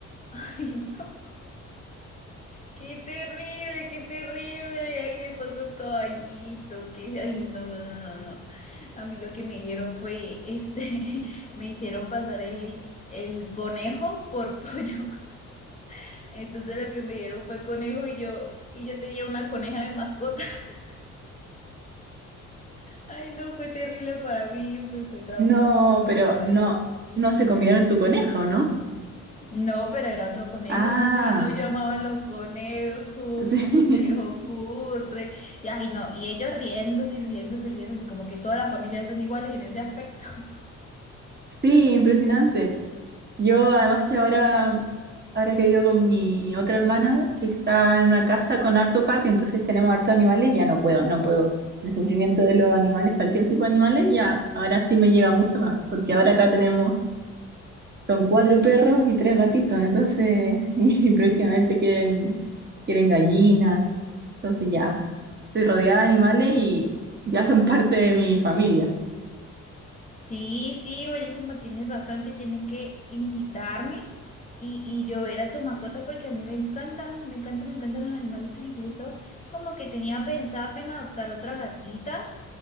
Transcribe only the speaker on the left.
<laughs> Ay, no. Qué terrible, qué terrible. Ahí le pasó un caballito. Que... Ay, no, no, no, no, no. A mí lo que me dieron fue, este, <laughs> me hicieron pasar el, el conejo por pollo. <laughs> Entonces lo que me dieron fue conejo y yo, y yo tenía una coneja de mascota. <laughs> Ay, no, fue terrible para mí. Fue, fue traumático,
fue
traumático.
No, pero era otro conejo
y yo, ay, no llamaba a los conejos,
¿cómo
se les ocurre? Y ay, no, y ellos riéndose y riéndose y riéndose, como que todas las familias son iguales en ese aspecto. <laughs>
Sí, sí, buenísimo, tienes bastante, tienes que invitarme y, y yo ver a tu mascota porque a mí me encantan, me encantan, me encantan los animalitos, incluso como que tenía pensado en adoptar otra gatita